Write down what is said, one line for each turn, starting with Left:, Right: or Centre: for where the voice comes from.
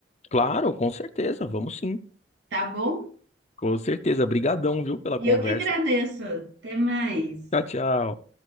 Left: Claro, com certeza. Vamos sim.
Right: tá bom?
Left: Com certeza. Brigadão, viu, pela
Right: E
Left: conversa.
Right: eu que agradeço. Até mais.
Left: Tchau, tchau.